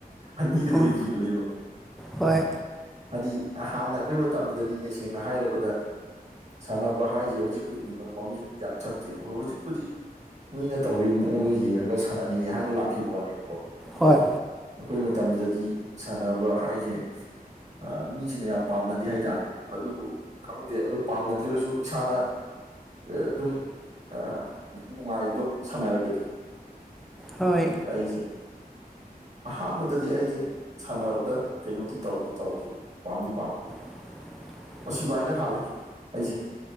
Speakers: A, on the right; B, in the centre.
A: ꯑꯅꯤꯗꯤ ꯑꯣꯏꯈꯤꯕꯅꯦꯕ꯫
B: ꯎꯝ ꯍꯣꯏ
A: ꯍꯥꯏꯗꯤ ꯍꯥꯟꯅ ꯑꯈꯣꯏ ꯃꯇꯝꯗꯗꯤ ꯁꯦꯡꯅ ꯍꯥꯏꯔꯕꯗ ꯁꯥꯟꯅꯕ ꯍꯥꯏꯖꯦ ꯍꯨꯖꯤꯛ ꯃꯃꯤꯡ ꯌꯥꯝ ꯆꯠꯇꯦꯕ ꯍꯨꯖꯤꯛꯄꯨꯗꯤ ꯃꯤꯅ ꯇꯧꯔꯤ ꯃꯑꯣꯡꯗꯣ ꯌꯦꯡꯉꯒ ꯁꯥꯟꯅꯅꯤꯡꯉꯦ ꯍꯥꯏꯅ ꯂꯥꯛꯈꯤꯕ ꯋꯥꯅꯦꯕꯀꯣ ꯑꯗꯣ
B: ꯍꯣꯏ
A: ꯑꯈꯣꯏ ꯃꯇꯝꯗꯗꯤ ꯁꯥꯟꯅꯕ ꯍꯥꯏꯖꯦ ꯑꯥ ꯃꯤꯖꯤꯡꯅ ꯌꯥꯝ ꯄꯥꯝꯅ ꯗꯦ ꯍꯥꯏꯇꯥꯔꯦ ꯑꯗꯨꯕꯨ ꯈꯪꯗꯦ ꯑꯗꯨ ꯄꯥꯝꯅꯗ꯭ꯔꯒꯁꯨ ꯏꯁꯥꯅ ꯑ‌ꯥ ꯑꯗꯨꯝ ꯑꯥ ꯅꯨꯡꯉꯥꯏꯕꯗꯣ ꯁꯥꯟꯅꯔꯒꯗꯤ
B: ꯍꯣꯏ
A: ꯑꯗꯨꯒꯤ ꯑꯩꯖꯦ ꯑꯍꯥꯟꯕꯗꯗꯤ ꯑꯩꯖꯦ ꯁꯥꯟꯅꯕꯗ ꯀꯩꯅꯣꯗꯤ ꯇꯧꯗꯤ ꯇꯧꯈꯤꯕꯅꯤ ꯄꯥꯝꯗꯤ ꯄꯥꯝꯈꯤ
B: <inaudible>
A: ꯁꯤꯚꯥꯏꯅ ꯍꯥꯜꯂꯤ ꯑꯩꯖꯦ